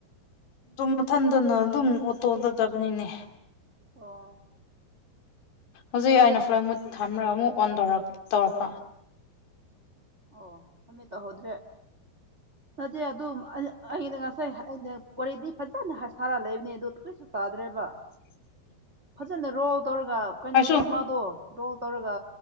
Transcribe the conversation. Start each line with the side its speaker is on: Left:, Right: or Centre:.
Left: ꯗꯨꯝ ꯃꯊꯟꯗꯅ ꯑꯗꯨꯝ ꯑꯣꯇꯣ ꯗ ꯆꯠꯄꯅꯤꯅꯦ
Right: ꯑꯣ
Left: ꯍꯧꯖꯤꯛ ꯑꯩꯅ
Right: ꯑꯩꯒꯤꯗꯨꯗꯤ
Left: ꯐ꯭ꯂꯥꯏꯇ ꯃꯨꯠ ꯊꯝꯃꯔ
Right: ꯀꯩꯅꯣ
Left: ꯑꯃꯨꯛ
Right: ꯇꯧꯍꯧꯗ꯭ꯔꯦ
Left: ꯑꯣꯟ ꯇꯧꯔꯛ ꯇꯧꯔꯞꯄ
Right: ꯑꯣ ꯃꯃꯤꯠ ꯇꯍꯧꯗ꯭ꯔꯦ ꯅꯠꯇꯦ ꯑꯗꯨꯝ ꯑꯩ ꯑ ꯑꯩꯅ ꯉꯁꯤ ꯑꯩꯅ ꯄꯣꯔꯦꯗꯤ ꯐꯖꯅ ꯍꯥꯏꯁ ꯊꯥꯔ ꯑ ꯂꯩꯕꯅꯦ ꯑꯗꯨ ꯀꯔꯤꯁꯨ ꯇꯥꯗ꯭ꯔꯦꯕ
Left: <inaudible>
Right: ꯐꯖꯅ ꯔꯣꯜ ꯇꯧꯔꯒ ꯀꯩꯅꯣꯗꯣ
Left: ꯑꯩꯁꯨ
Right: ꯑꯃꯥꯗꯣ ꯔꯣꯜ ꯇꯧꯔꯒ